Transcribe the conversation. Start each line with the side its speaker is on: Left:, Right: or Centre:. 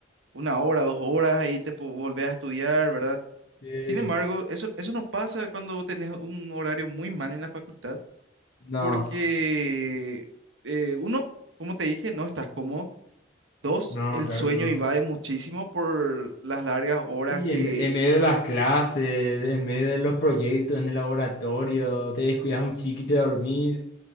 Right: una hora, dos horas y te po- volvés a estudiar, ¿verdad?
Left: Sí.
Right: Sin embargo, eso, eso no pasa cuando tenés un horario muy mal en la facultad
Left: No,
Right: porque eh, uno, como te dije, no estás cómodo. Dos,
Left: no,
Right: el
Left: claro
Right: sueño
Left: que no.
Right: invade muchísimo por las largas horas
Left: Y
Right: que,
Left: en, en medio de las clases, en medio de los proyectos, en el laboratorio, te descuidas un chiqui y te dormís.